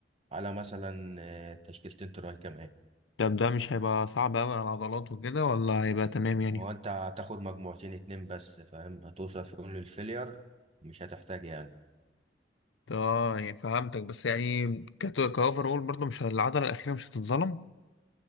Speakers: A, on the right; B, on the left.
A: على مثلا آه، تشكيلتين تراي كمان
B: طب ده مش هيبقى صعب قوي على العضلات وكده ولا هيبقى تمام يعني
A: هو انت هتاخد مجموعتين اتنين بس فاهم هتوصل فيهم للفيلير مش هتحتاج يعني
B: اه يعني فهمتك بس يعني كت- كاوفر اول برضه مش ه- العضله الاخيره مش هتتظلم